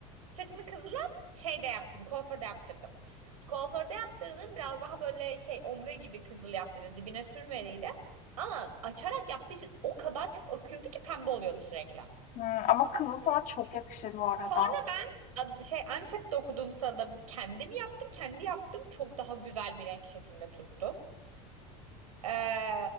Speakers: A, on the right; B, on the left.
A: Saçımı kızla şey de yaptım. Kuaförde yaptırdım. Kuaförde yaptırdım. Biraz daha böyle şey ombre gibi kızıl yaptırdı. Dibine sürmeliydi. Ama açarak yaptığı için o kadar çok akıyordu ki pembe oluyordu sürekli.
B: Hı, ama kızıl sana çok yakışır bu arada.
A: Sonra ben a- şey Antep'te okuduğumsa da kendim yaptım. Kendi yaptım. Çok daha güzel bir renk şeklinde tuttu. Ee,